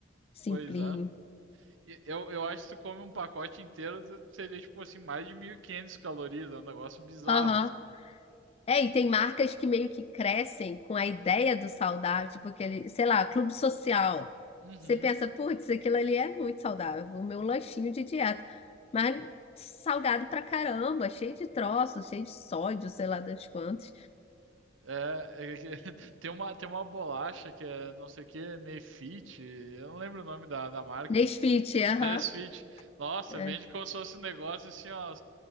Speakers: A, on the left; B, on the right.
A: simplinho.
B: Pois é. E Eu, eu acho que tu come um pacote inteiro, tu- seria tipo assim, mais de 1.500 calorias. É um negócio bizarro,
A: Aham.
B: assim.
A: É, e tem marcas que meio que crescem com a ideia do saudável, tipo aquele, sei lá, clube social.
B: Uhum.
A: Você pensa, putz, aquilo ali é muito saudável, o meu lanchinho de dieta. Mas salgado pra caramba, cheio de troços, cheio de sódio, sei lá das quantas.
B: É, é que- <laughs> tem uma, tem uma bolacha que é não sei o que, Nefit, eu não lembro o nome da, da marca,
A: Nesfit,
B: enfim.
A: aham.
B: Nesfit. Nossa,
A: é.
B: vende como se fosse um negócio assim, ó.